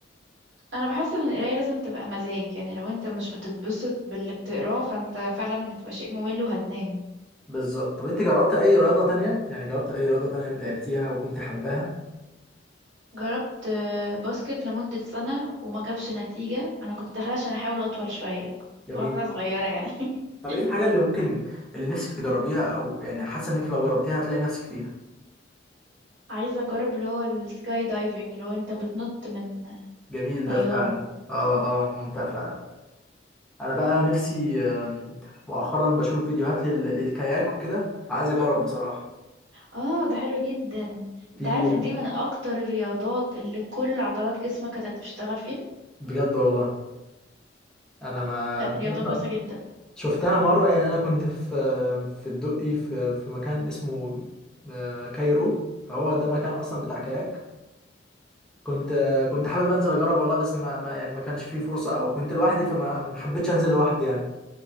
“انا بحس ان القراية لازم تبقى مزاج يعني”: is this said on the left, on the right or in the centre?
Right